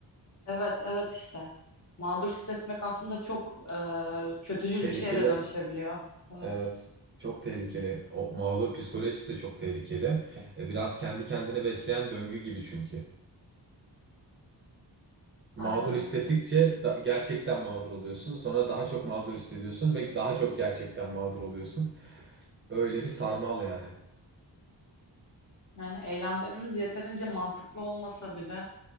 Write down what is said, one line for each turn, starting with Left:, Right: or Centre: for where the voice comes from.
Left: Evet, evet işte. Mağdur hissetmek aslında çok e, kötücül
Right: Tehlikeli.
Left: bir şeye de dönüşebiliyor. Evet,
Right: Evet. Çok tehlikeli. O mağdur psikolojisi de çok tehlikeli. E, biraz kendi kendini besleyen döngü gibi çünkü. Mağdur
Left: aynen
Right: hissettikçe
Left: öyle.
Right: da- gerçekten mağdur oluyorsun. Sonra daha çok mağdur hissediyorsun ve daha çok gerçekten mağdur oluyorsun. Öyle bir sarmal yani.
Left: Yani eylemlerimiz yeterince mantıklı olmasa bile